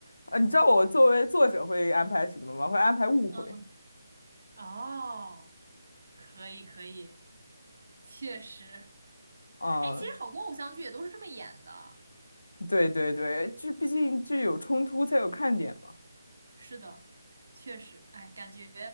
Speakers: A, on the left (about 80°); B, on the right (about 45°).
A: 呃，你知道我作为作者会安排什么吗？会安排误会。
B: 嗯，哦，可以可以，确实，
A: 嗯，
B: 哎，其实好多偶像剧也都是这么演的。
A: 对对对，就毕竟这有冲突才有看点嘛。
B: 是的，确实，哎，感觉